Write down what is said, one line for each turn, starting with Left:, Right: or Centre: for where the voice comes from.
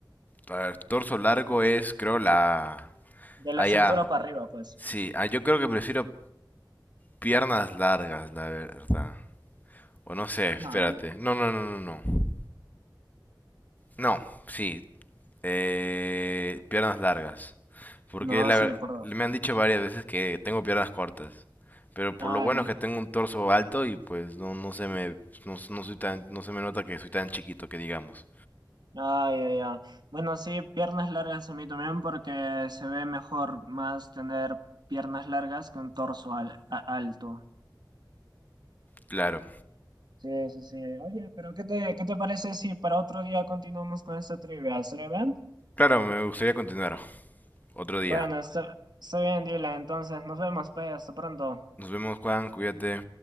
Left: A ver, torso largo es, creo, la...
Right: De la
Left: Allá.
Right: cintura para arriba, pues.
Left: Sí, ah, yo creo que prefiero piernas largas, la verdad. O no sé, espérate.
Right: No,
Left: No, no, no, no, no. No, sí, Eh, piernas largas. Porque
Right: no,
Left: la
Right: sí,
Left: ver-
Right: por dos.
Left: me han dicho varias veces que tengo piernas cortas. Pero por
Right: Ah,
Left: lo bueno
Right: lo-
Left: es que tengo un torso alto y pues no, no se me, no, no soy tan, no se me nota que soy tan chiquito que digamos.
Right: Ay, ay, ay. Bueno, sí, piernas largas a mí también porque se ve mejor más tener piernas largas que un torso al- a- alto.
Left: Claro.
Right: Sí, sí, sí. Oye, pero ¿qué te, qué te parece si para otro día continuamos con esta trivia? ¿Será bien?
Left: Claro, me gustaría continuar otro día.
Right: Bueno, está, está bien, Dylan. Entonces, nos vemos, pues. Hasta pronto.
Left: Nos vemos, Juan, cuídate.